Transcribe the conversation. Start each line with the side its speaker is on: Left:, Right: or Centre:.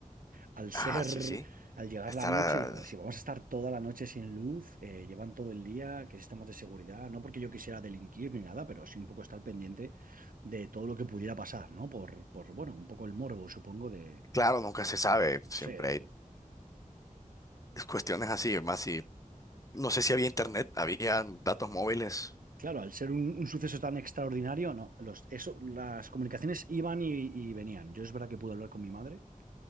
Right: al ser,
Left: Ah, sí, sí.
Right: al llegar
Left: Estará.
Right: la noche, digo, si vamos a estar toda la noche sin luz, eh, llevan todo el día, que si sistemas de seguridad? No porque yo quisiera delinquir ni nada, pero sí un poco estar pendiente de todo lo que pudiera pasar, ¿no? Por, por bueno, un poco el morbo, supongo, de,
Left: Claro, nunca se sabe.
Right: de, no
Left: Siempre
Right: sé.
Left: hay cuestiones así. Más si. No sé si había internet, había datos móviles.
Right: Claro, al ser un, un suceso tan extraordinario, no, los, eso, las comunicaciones iban y, y venían. Yo es verdad que pude hablar con mi madre.